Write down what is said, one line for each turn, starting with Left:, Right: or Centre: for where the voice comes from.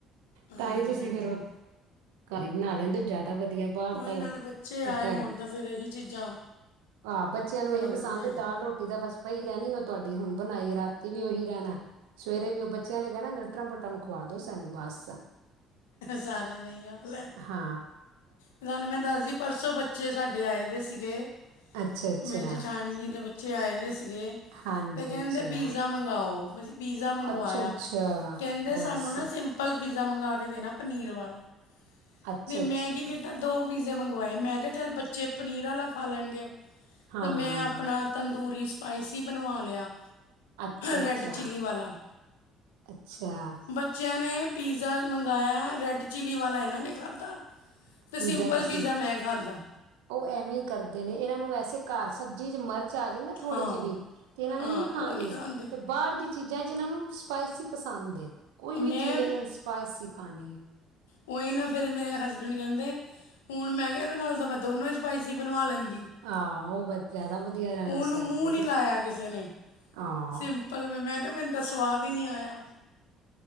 Left: ਹਾਂਜੀ
Right: ਤਾਈ ਤੁਸੀਂ
Left: ਹਾਂਜੀ
Right: ਫਿਰ ਉਹ ਘਰ ਈ ਬਣਾ ਲੈਂਦੇ ਹੋ ਜ਼ਿਆਦਾ ਵਧੀਆ। ਬਾਰ
Left: ਉਹੀ
Right: ਤਾ
Left: ਨਾਲੇ ਬੱਚੇ ਆਏ
Right: ਪਤਾ
Left: ਹੋਣ
Right: ਗ।
Left: ਤਾਂ ਫਿਰ ਇਹੀ ਚੀਜ਼ਾਂ।
Right: ਆਹ ਬੱਚਿਆਂ ਨੂੰ
Left: ਲੱਗਦੀਆਂ
Right: ਇਹੀ ਪਸੰਦ ਹੈ ਦਾਲ ਰੋਟੀ ਦਾ ਬਸ। ਪਈ ਰਹਿਣੀ ਉਹ ਤੁਹਾਡੀ ਹੁਣ ਬਣਾਈ ਰਾਤੀ ਵੀ ਉਹੀ ਰਹਿਣਾ ਸਵੇਰੇ ਵੀ ਉਹ ਬੱਚਿਆਂ ਨੇ ਕਹਿਣਾ ਲਟਰਮ ਪੁਟਰਮ ਖਵਾ ਦੋ ਸਾਨੂੰ ਬੱਸ ਆ
Left: ਸਾਰਿਆਂ ਦਾ ਹੀ ਹਾਲ ਹੈ
Right: ਹਾ
Left: ਤੁਹਾਨੂੰ ਮੈਂ ਦੱਸ ਦੀ ਪਰਸੋਂ ਬੱਚੇ ਸਾਡੇ ਆਏ ਹੋਏ ਸੀਗੇ
Right: ਅੱਛਾ ਅੱਛਾ
Left: ਮੇਰੀ ਜਠਾਣੀ ਜੀ ਦੇ ਬੱਚੇ ਆਏ ਹੋਏ ਸੀਗੇ
Right: ਹਾਂਜੀ
Left: ਤੇ ਕਹਿੰਦੇ
Right: ਅੱਛਾ
Left: ਪੀਜ਼ਾ ਮੰਗਓ ਪੀਜ਼ਾ ਮੰਗਵਾਇਆ
Right: ਅੱਛਾ ਅੱਛਾ
Left: ਕਹਿੰਦੇ
Right: ਬਸ
Left: ਸਾਨੂੰ ਨਾ ਸਿੰਪਲ ਪੀਜ਼ਾ ਮੰਗਵਾ ਕੇ ਦੇਣਾ ਪਨੀਰ ਵਾਲਾ
Right: ਅੱਛਾ
Left: ਅਤੇ ਮੈਂ
Right: ਅੱਛਾ
Left: ਕੀ ਕੀਤਾ ਦੋ ਪੀਜ਼ੇ ਮੰਗਵਾਏ ਮੈਂ ਕਿਹਾ ਚੱਲ ਬੱਚੇ ਪਨੀਰ ਵਾਲਾ ਖਾ ਲੈਣਗੇ।
Right: ਹਾਂ,
Left: ਤੇ ਮੈਂ ਆਪਣਾ ਤੰਦੂਰੀ ਸਪਾਈਸੀ ਬਣਵਾ ਲਿਆ।
Right: ਅੱਛਾ-ਅੱਛਾ,
Left: ਰੈਡ ਚਿੱਲੀ
Right: ਅੱਛਾ
Left: ਵਾਲਾ
Right: ਅੱਛਾ
Left: ਬੱਚਿਆਂ ਨੇ ਪੀਜ਼ਾ ਮੰਗਇਆ ਰੈੱਡ ਚਿੱਲੀ ਵਾਲਾ ਇਹਨਾਂ ਨੇ ਖਾਧਾ ਤੇ
Right: ਦੂਜਾ
Left: ਸਿੰਪਲ
Right: ਤੁਸੀਂ
Left: ਪੀਜ਼ਾ ਮੈਂ ਖਾਧਾ
Right: ਉਹ ਐਵੇਂ ਹੀ ਕਰਦੇ ਨੇ ਇਹਨਾਂ ਨੂੰ ਵੈਸੇ ਘਰ ਸਬਜ਼ੀ ਚ ਮਰਚ ਮਿਰਚ ਆ ਜ ਨਾ ਥੋੜੀ
Left: ਹਾਂ।
Right: ਜਿਹੀ ਵੀ ਤੇ ਇਹਨਾਂ
Left: ਹਾਂ
Right: ਨੇ ਨੀ ਖਾਣੀ
Left: ਉਹ ਨਹੀਂ ਖਾਂਦੇ
Right: ਤੇ ਬਾਹਰ ਦੀਆਂ ਚੀਜ਼ਾਂ ਜਿਨਾਂ ਨੂੰ ਸਪਾਈਸੀ ਪਸੰਦ ਹੈ ਕੋਈ
Left: ਮੈਂ
Right: ਵੀ ਚੀਜ਼ ਇਹਨਾਂ ਨੇ ਸਪਾਈਸੀ ਖਾਣੀ
Left: ਉਹੀ ਨਾ ਫਿਰ ਮੇਰੇ ਹਸਬੈਂਡ ਕਹਿੰਦੇ ਹੁਣ ਮੈਂ ਕਹਿੰਦੇ ਇਹਦੇ ਨਾਲ ਤਾਂ ਮੈਂ ਦੋਨੋਂ ਹੀ ਸਪਾਈਸੀ ਬਣਵਾ ਲੈਂਦੀ
Right: ਹਾਂ ਉਹ ਵਧੀਆ ਵਧੀਆ ਰਹਿਣਾ
Left: ਉਹਨੂੰ
Right: ਸਗੋਂ
Left: ਮੂੰਹ ਨੀ ਲਾਇਆ ਕਿਸੇ ਨੇ
Right: ਹਾਂ
Left: ਸਿੰਪਲ ਭਲਵੇ ਮੈਂ ਕਿਹਾ ਮੈਨੂੰ ਤਾਂ ਸਵਾਦ ਹੀ ਨਹੀਂ ਆਇਆ